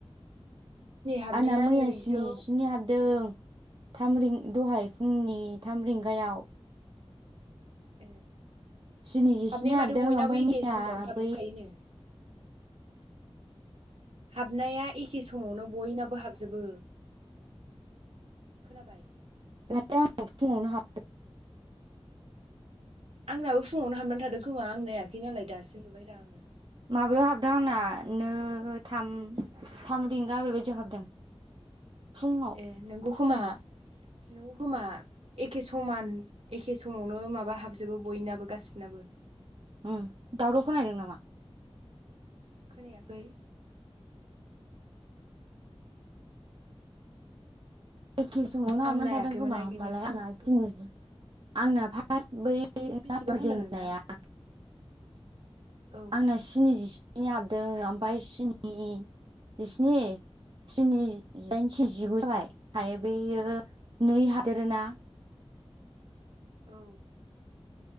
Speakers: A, on the right (about 75°); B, on the right (about 50°).
A: हाबनाया
B: आंना मैया
A: नैजौ
B: स्निजिस्नि हाबदों। थाम रिं दहाय फुंनि थाम रिंगायाव।
A: ए
B: स्निजिस्नि
A: हाबनाया
B: हाबदों
A: माथो बयनाबो
B: ओमफ्राय
A: एखे
B: मैया
A: समावनो हाबजोबखायोनो।
B: बै
A: हाबनाया एखे समावनो बयना बो हाबजोबो खोनाबाय
B: माथो आंनाव फुङावनो हाबदों।
A: आंनाबो फुङावनो हाबनानै थादों खोमा आं नायाखै नालाय दासो नुबायरा आङो।
B: हाब माबायाव हाबदों आंना नो थाम थाम रिंगा बेबायदियाव हाबदों। फुङाव
A: ए नोंगौ खोमा नोंगौ खोमा एखे समान एखे समावनो माबा हाबजोबो बयनाबो गासिनाबो।
B: उम दाव'राव खोनाहैदों नामा?
A: खोनायाखै।
B: एखे समावनो
A: आं
B: हाबनानै
A: नायाखैमोन
B: थादों खोमा
A: बेखायनो
B: होमबालाय
A: दहायसो
B: <unintelligible>
A: नायदों
B: आंना फार्स्ट बै <unintelligible>
A: बेसेबां होनदों नोंना औ
B: आंना सिनि जिस्नि हाबदों ओमफाय सिनि जिस्नि स्नि दाइनसे जिगु जाबाय हायो बेैयो नै हादेरोना
A: औ